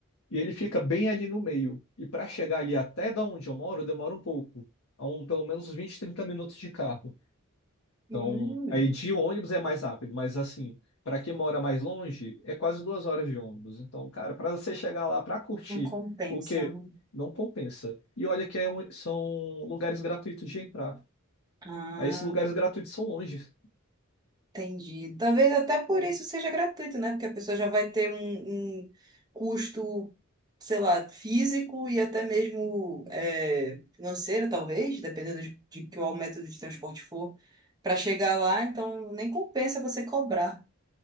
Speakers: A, on the left; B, on the right.
A: E ele fica bem ali no meio. E para chegar ali até da onde eu moro, demora um pouco, a um, pelo menos 20 30 minutos de carro. Então,
B: Hum,
A: aí de ônibus é mais rápido, mas assim, para quem mora mais longe, é quase duas horas de ônibus. Então, cara, para você chegar lá para curtir,
B: não compensa,
A: porque
B: né?
A: não compensa. E olha que é um- são lugares gratuitos de entrar.
B: Ah.
A: Aí esses lugares gratuitos são longe.
B: Entendi. Talvez até por isso seja gratuito, né? Porque a pessoa já vai ter um, um custo, sei lá, físico e até mesmo é, financeiro, talvez, dependendo de, de qual método de transporte for, para chegar lá. Então, nem compensa você cobrar.